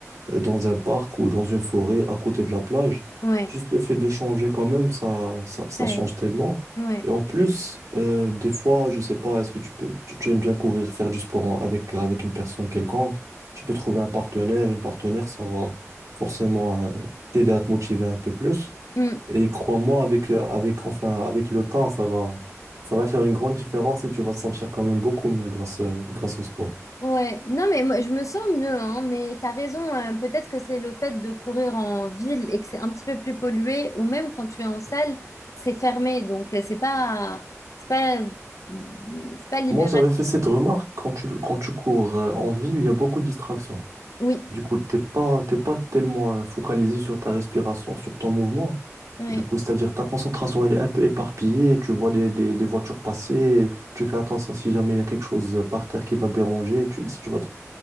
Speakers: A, on the right; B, on the left.
A: euh, dans un parc ou dans une forêt à côté de la plage.
B: ouais,
A: Juste le fait de changer quand même, ça, ça, ça
B: ouais,
A: change tellement.
B: ouais.
A: Et en plus, euh, des fois, je sais pas, est-ce que tu peux, tu, tu aimes bien courir, faire du sport en- avec, avec une personne quelconque? Tu peux trouver un partenaire, une partenaire, ça va forcément euh, t'aider à te motiver un peu plus.
B: Mm.
A: Et crois-moi, avec, euh, avec, enfin, avec le temps, ça va, ça va faire une grande différence et tu vas te sentir quand même beaucoup mieux grâce, euh, grâce au sport.
B: Ouais. Non, mais moi, je me sens mieux, hein, mais t'as raison, hein. Peut-être que c'est le fait de courir en ville et que c'est un petit peu plus pollué, ou même quand tu es en salle, c'est fermé, donc euh, c'est pas, c'est pas, mm, c'est pas libéral.
A: Moi, j'avais fait cette remarque quand tu, quand tu cours euh, en ville, il y a beaucoup de distractions.
B: Oui,
A: Du coup, t'es pas, t'es pas tellement euh, focalisé sur ta respiration, sur ton mouvement.
B: ouais,
A: Du coup, c'est-à-dire ta concentration, elle est un peu éparpillée, tu vois des, des, des voitures passer, tu fais attention si jamais il y a quelque chose euh, par terre qui va te déranger, tu, si tu vas, te-